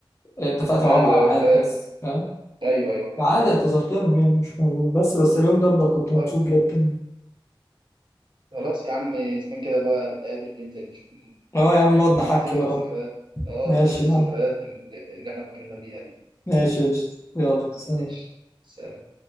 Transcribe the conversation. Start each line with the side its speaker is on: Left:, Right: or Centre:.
Left: اتفقت معاهم
Right: ده ايوه
Left: على
Right: ايوه
Left: ميعاد
Right: فاهم
Left: بس فاهم
Right: ايوه ايوه فاهم
Left: عادي اعتذرت لهم يعني مش موضوع بس بس اليوم ده بقى كنت
Right: طب
Left: مبسوط جدا
Right: خلاص يا عم اذا كان كده بقى نتقابل ننزل نشوف ال...
Left: اه
Right: ال-
Left: يا عم نقعد نحكي
Right: نفتكر
Left: بقى
Right: الذكريات اه
Left: ماشي
Right: نشوف الذكريات
Left: يا عم
Right: اللي اللي احنا مرينا بيها دي
Left: ماشي يا قشطة. يلا سلام
Right: ماشي سلام